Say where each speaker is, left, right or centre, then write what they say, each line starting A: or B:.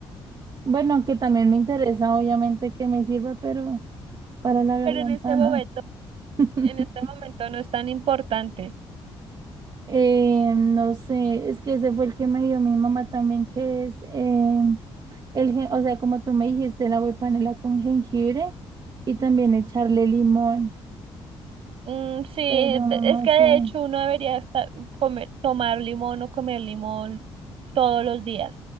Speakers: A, on the right; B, on the right.
A: Bueno, aunque también me interesa, obviamente, que me sirva, pero para la garganta
B: Pero en este momento
A: no. <laughs>
B: En este momento no es tan importante.
A: Eh, no sé, es que ese fue el que me dio mi mamá también, que es eh, El, gen- o sea, como tú me dijiste, la agua de panela con jengibre y también echarle limón,
B: Mm, sí,
A: pero
B: de-
A: no no
B: es que
A: sé,
B: de hecho uno debería estar, comer, tomar limón o comer limón todos los días.